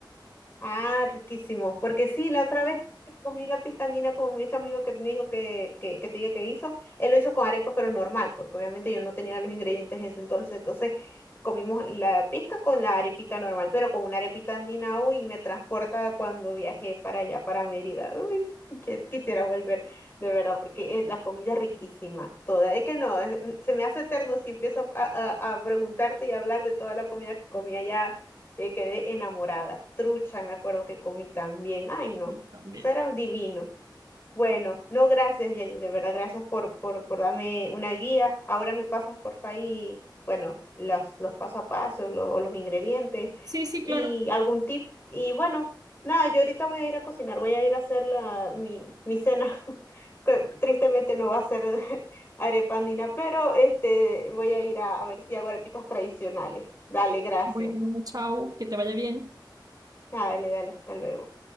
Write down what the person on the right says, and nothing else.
Y también.
Sí, sí,
claro.
Bueno, chao, que te vaya bien.